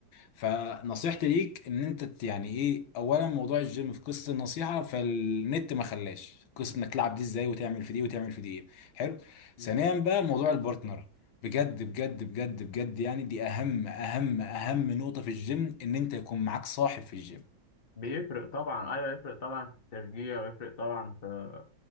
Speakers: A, on the left; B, on the left.
A: فنصيحتي ليك ان انت ت- يعني ايه اولا موضوع الجيم في قصه النصيحه فالنت ما خلاش قصه انك تلعب دي ازاي وتعمل في دي وتعمل في دي ايه حلو
B: مم.
A: ثانيا بقى موضوع البارتنر بجد بجد بجد بجد يعني دي اهم اهم اهم نقطة في الجيم ان انت يكون معاك صاحب في الجيم
B: بيفرق طبعا ايوه يفرق طبعا في التشجيع ويفرق طبعا في